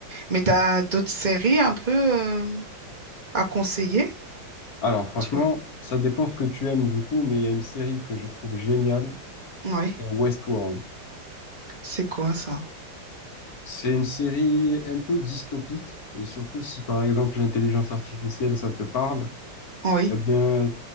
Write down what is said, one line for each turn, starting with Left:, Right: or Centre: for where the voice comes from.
Right: Mais t'as d'autres séries un peu euh, à conseiller?
Left: Alors, franchement,
Right: Parce que...
Left: ça dépend ce que tu aimes, du coup, mais il y a une série que je trouve géniale,
Right: Oui,
Left: c'est Westworld.
Right: c'est quoi ça?
Left: C'est une série un peu dystopique, et surtout si par exemple l'intelligence artificielle ça te parle,
Right: Oui,
Left: eh bien